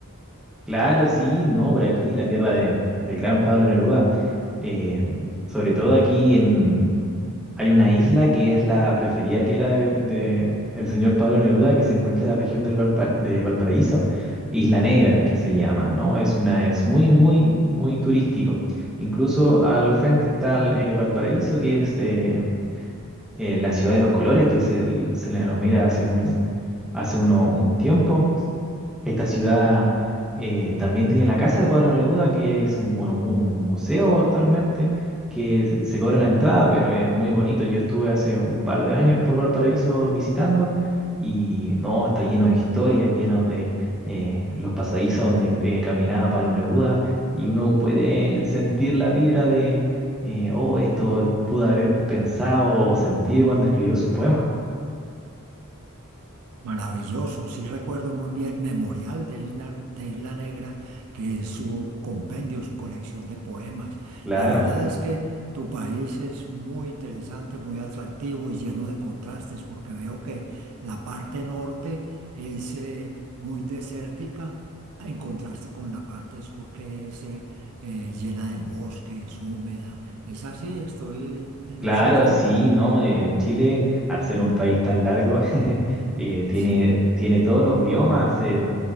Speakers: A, in the centre; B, on the right.
A: Claro, sí, no, por aquí, la tierra de, del gran Pablo Neruda. Eh, sobre todo aquí en, Hay una isla que es la preferida que era de, de el señor Pablo Neruda, que se encuentra en la región del Valpara- de Valparaíso, Isla Negra, que se llama, ¿no? Es una, es muy, muy, muy turístico. Incluso al frente está el, eh, Valparaíso, que es eh, eh, la ciudad de los colores, que se, se le denomina hace muy, hace uno, un tiempo. Esta ciudad eh, también tiene la casa de Pablo Neruda, que es un, monu- un museo actualmente, que se se cobra la entrada, pero es muy bonito. Yo estuve hace un par de años por Valparaíso visitando y no, está lleno de historia, lleno de eh, los pasadizos donde eh, caminaba Pablo Neruda y uno puede sentir la vibra de, eh, oh, esto pudo haber pensado o sentido cuando escribió sus poemas.
B: Maravilloso, sí recuerdo muy bien Memorial de Isla, de Isla Negra, que es su compendio, su colección de poemas.
A: Claro.
B: La verdad es que tu país es muy interesante, muy atractivo y lleno de contrastes, porque veo que la parte norte es eh, muy desértica, en contraste con la parte sur que es eh, eh, llena de bosques, húmeda. ¿Es así? ¿Estoy en
A: Claro,
B: lo cierto?
A: sí, ¿no? Eh, Chile, al ser un país tan largo, <laughs> eh, tiene,
B: Sí,
A: tiene todos los biomas, eh,